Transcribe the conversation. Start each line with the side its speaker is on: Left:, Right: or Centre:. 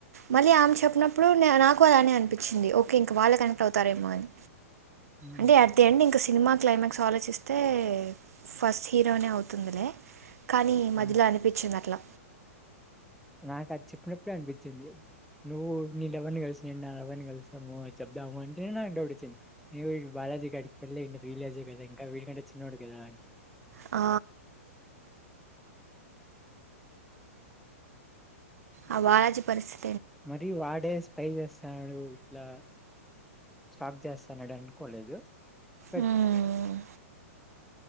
Right: మళ్ళీ ఆమె చెప్పినప్పుడు నాకు అలానే అనిపించింది ఓకే ఇంక వాళ్ళే కనెక్ట్ అవుతారేమో అని
Centre: హ్మ్.
Right: అంటే అట్ ది ఎండ్ ఇంకా సినిమా క్లైమాక్స్ ఆలోచిస్తే ఫస్ట్ హీరోనే అవుతుంది లే. కాని
Centre: ఆ!
Right: ఇట్లా అనిపిచ్చింది అట్లా
Centre: నాక్ అది చెప్పినప్పుడే అనిపిచ్చింది. నువ్వు నీ లవర్ ని కలిసి నేన్ నా లవర్ నీ కలుస్తమూ చెప్దాము అంటేనే నాకు డౌట్ ఒచ్చింది. ఇగ వీడు బాలాజీ గాడికి పెళ్లై ఉండద్ వీళ్ల ఏజ్ ఏ కదా ఇంకా వీడి కంటే చిన్నోడు కదా అని.
Right: ఆ ఆ బాలాజీ పరిస్థి
Centre: మరీ వాడే స్పై చేస్తానడూ. ఇట్లా స్టాప్ చేస్తనడు అనుకోలేదు. బట్
Right: హ్మ్.